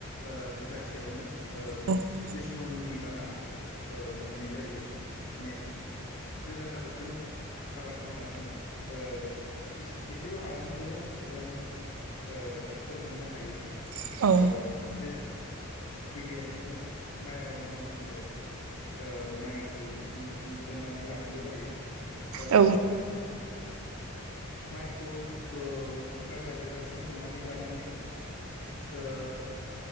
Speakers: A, on the left (about 85°); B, on the right (about 75°).
A: ओ बिगासेयावनो ओ
B: औ
A: बिस मननि बारा ओ मोननाय जायो माने गोदान आदबजों आबाद मावनानै ओ एसे एसेल हायावनो गोबां बिबांनि ओ फिथाइफोर मोननो हायो
B: औ
A: ओ। गिबियावनो माइ आबाद मावनांगौ जायोब्ला ओ माइखौ नों सोमग्रोनानै लानांगौ जायो ओ
B: औ
A: माइखौ ओ गाजा बेरजासिम सोमनानै लानानै ओ।